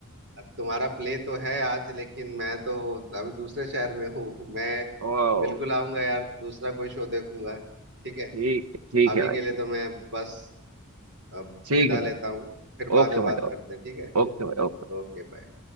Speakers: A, on the right; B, on the right.
A: तुम्हारा प्ले तो है आज लेकिन मैं तो अभी दूसरे शहर में हूँ मैं
B: ओ
A: बिल्कुल आऊंगा यार दूसरा कोई शो देखूंगा ठीक है
B: ठीक है ठीक
A: अभी
B: है भाई
A: के लिए
B: ठीक
A: तो मैं बस अब
B: ठीक
A: विदा
B: है भाई
A: लेता हूँ फिर बाद
B: ओके
A: में बात
B: भाई
A: करते हैं ठीक है
B: ओके भाई ओके
A: Okay bye